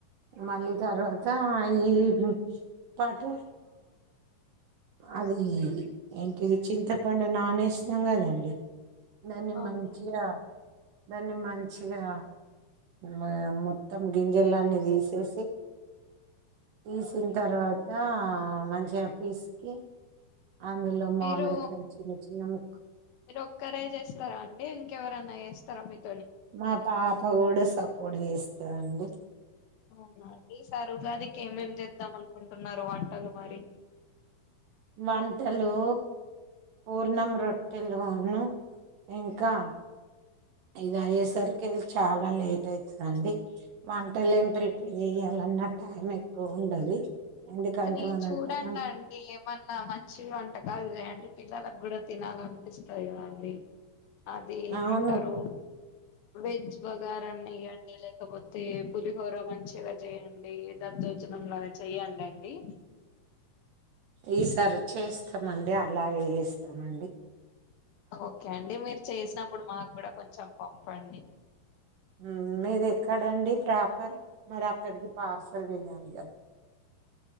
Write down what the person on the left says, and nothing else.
అవును
మీరు
మీరు ఒక్కరే చేస్తారా అండి ఇం కేవరన్న చేస్తార మీకు
అవునా అండి ఈసారి ఉగాదికి ఏం ఏం చే చేద్దాం అనుకుంటున్నారు వంటలు మరి
కానీ
చూడండి
అండి ఏమన్నా మంచివి వ వంటకాలు చేయండి పిల్లలకు కూడా తినాలనిపిస్తాది కదా అండి అది ఏమంటరు
వెజ్ బగారాన్న ఎయ్యండి లేకపోతే పులిహోర మంచిగా చేయండి దద్దోజనం లాగా చేయండండి డి
ఓకే అండి మీరు చేసినప్పుడు మాకు కూడా కొంచెం పంపండి